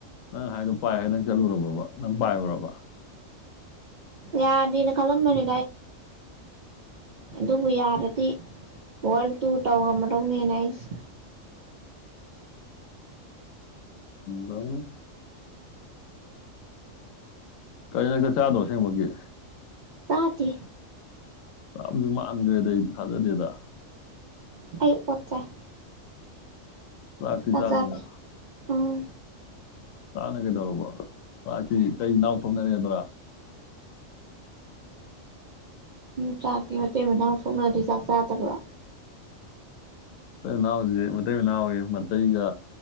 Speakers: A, on the left (about 80°); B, on the right (about 70°).
A: ꯅꯪ ꯍꯥꯏꯗꯣ ꯄꯥꯏ ꯍꯥꯏ ꯅꯪ ꯆꯠꯂꯨꯔꯕꯕ ꯅꯪ ꯄꯥꯏꯔꯨꯔꯕ
B: ꯌꯥꯗꯦꯅ ꯀꯠꯂꯝꯕꯅꯤ ꯑꯗꯨꯕꯨ ꯌꯥꯔꯗꯤ ꯋꯥꯔꯜ ꯇꯨꯔ ꯇꯧꯔꯝꯃꯗꯧꯅꯦꯅ ꯑꯩꯁꯦ
A: ꯇꯧꯅꯤ ꯀꯔꯤꯅ ꯆꯥꯛꯆꯥꯗ꯭ꯔꯣ ꯁꯦꯡꯕꯒꯤ
B: ꯆꯥꯇꯦ
A: ꯆꯗꯤ ꯃꯥꯟꯈ꯭ꯔꯦꯗ ꯑꯩꯗꯤ ꯊꯥꯖꯗꯦꯗ
B: ꯑꯩ ꯑꯣꯑꯠ ꯆꯥꯏ
A: ꯆꯥꯛꯇꯤ
B: ꯆꯥꯛ
A: ꯆꯥꯗꯕ
B: ꯆꯥꯗꯦ ꯎꯝ
A: ꯆꯥꯛꯅ ꯀꯩꯗꯧꯔꯕ ꯆꯥꯛꯇꯤ ꯏꯇꯩ ꯏꯅꯥꯎ ꯊꯣꯛꯅꯔꯦꯗꯨꯔꯥ
B: ꯎꯝ ꯆꯥꯛꯇꯤ ꯃꯇꯩ ꯃꯅꯥꯎ ꯊꯣꯛꯅꯔꯗꯤ ꯆꯥꯛ ꯆꯥꯗꯕ꯭ꯔꯣ
A: ꯃꯇꯩ ꯃꯅꯥꯎ ꯍꯧꯖꯤꯛ ꯃꯇꯩ ꯃꯅꯥꯎ ꯑꯌꯦ ꯃꯇꯩꯒ